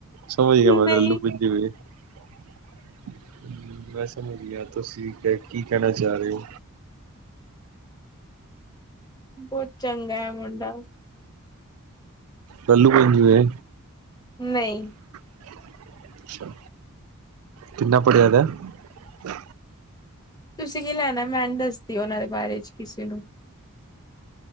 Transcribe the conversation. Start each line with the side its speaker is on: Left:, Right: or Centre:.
Right: ਸਮਝ ਗਿਆ ਮੈ
Left: ਨਹੀਂ
Right: ਲਲੂ ਪੰਜੂ ਐ। ਹਮ ਮੈਂ ਸਮਝ ਗਿਆ ਤੁਸੀ ਕੈ, ਕੀ ਕਹਿਣਾ ਚਾਹ ਰਹੇ ਹੋ।
Left: ਬਹੁਤ ਚੰਗਾ ਐ ਮੁੰਡਾ।
Right: ਲੱਲੂ ਪੰਜੂ ਐ।
Left: ਨਹੀਂ।
Right: ਅੱਛਾ, ਕਿੰਨਾ ਪੜਿਆ ਦਾ ਐ।
Left: ਤੁਸੀਂ ਕੀ ਲੈਣਾ ਐ, ਮੈਂ ਨਹੀਂ ਦੱਸਦੀ ਉਹਨਾਂ ਦੇ ਬਾਰੇ ਚ ਕਿਸੇ ਨੂੰ।